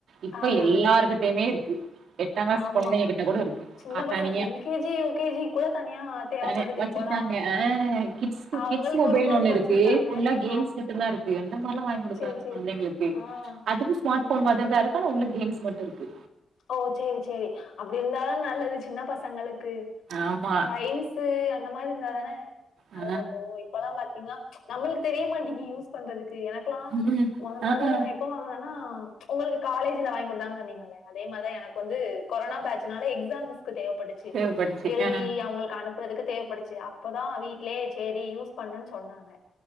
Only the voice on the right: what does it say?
இப்ப
எல்லாருகிட்டயுமே இருக்கு எட்டாங் கிளாஸ்
கொழந்திங்க கிட்ட கூட இருக்கு
ஆ
தனியா
தனியா வெச்சிருக்காங்க
அஹா கிட்ஸ்க்
கிட்ஸ் மொபைல்
ஒண்ணு
இருக்கு ஃபுல்லா கேம்ஸ்
மட்டும்தா இருக்கு அந்த மாரியில்லா வாங்கி குடுக்குறாங்க
கொழந்தைங்களுக்கு
அதுவு ஸ்மார்ட்
போன் மார்தா இருக்கு <unintelligible> உள்ள கேம்ஸ் மட்டு இருக்கு
ஆமா.
ஆ.
ம்.
ஆ ஆ
தேவப்பட்டுச்சு.
ஆ.